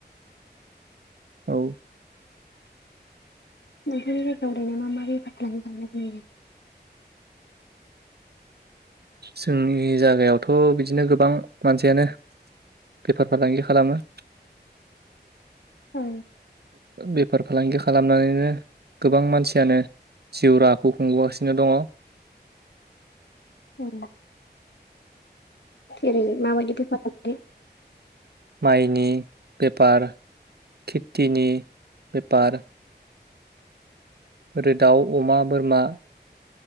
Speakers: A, on the right (about 65°); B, on the left (about 80°).
A: औ
B: नोंथांनि जायगायाव ओरैनो मा मा बेफार खालामनाय जायो?
A: जोंनि जागायावथ' बिदिनो गोबां मानसियानो बेफार फालांगि खालामो।
B: औ
A: बेफार फालांगि खालामनानैनो गोबां मानसियानो जिउ राहाखौ खुंबोगासिनो दङ।
B: उम जेरै माबायदि बेफार फालांगि?
A: माइनि बेपार खिथिनि बेपार ओरै दाउ अमा बोरमा